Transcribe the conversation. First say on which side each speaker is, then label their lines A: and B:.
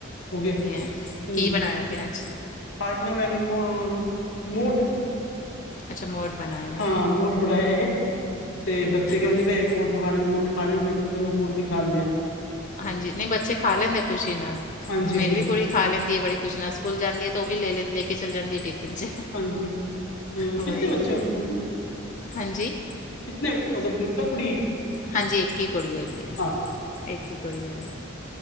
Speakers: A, on the left (about 80°); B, on the left (about 40°).
A: ਹੋ ਗਿਆ,
B: ਹੈ।
A: ਹੂ
B: ਕੀ ਬਣਾਇਆ ਫਿਰ ਅੱਜ
A: ਆਜ ਨਾ ਮੈਨੇ ਨੋ-ਨੋਟ
B: ਅੱਛਾ, ਮੋਠ ਬਣਾਏ।
A: ਹਾਂ, ਮੋਠ <unintelligible> ਤੇ ਬੱਚੇ ਕਹਿੰਦੇ
B: ਉਹੀ
A: ਪਏ ਮੋਠ ਵੋ ਖਾਣੇ ਮੁੱਠ ਖਾਣੇ। ਮੈ ਕਿਆ ਚਲੋ ਰੋਟੀ ਖਾਨੇ ਆ।
B: ਹਾਂਜੀ, ਨਹੀਂ ਬੱਚੇ ਖਾ ਲੈਂਦੇ ਖ਼ੁਸ਼ੀ ਨਾਲ।
A: ਹਾਂਜੀ
B: ਮੇਰੀ
A: ਹਾਂਜੀ
B: ਵੀ ਕੁੜੀ ਖਾ ਲੈਂਦੀ ਏ, ਬੜੀ ਖੁਸ਼ੀ ਨਾਲ। ਸਕੂਲ ਜਾਂਦੀ ਏ ਤੇ ਉਹ ਵੀ ਲੇ ਲੈਂਦੀ, ਲੇ ਕੇ ਚਲ ਜਾਂਦੀ ਏ ਟਿਫਨ 'ਚ।
A: ਹਾਂਜੀ, ਹੂੰ
B: ਉਹੀ
A: ਕਿਤਨੇ ਬੱਚੇ ਐ ਜੀ ਤਾਨੂੰ?
B: ਹਾਂਜੀ
A: ਕਿਤਨੇ ਮਤਲਬ, ਇੱਕ ਤਾਂ ਕੁੜੀ
B: ਹਾਂਜੀ, ਇੱਕ ਈ ਕੁੜੀ ਹੈਗੀ ਏ।
A: ਹਾਂ
B: ਇੱਕ ਹੀ ਕੁੜੀ ਹੈਗੀ।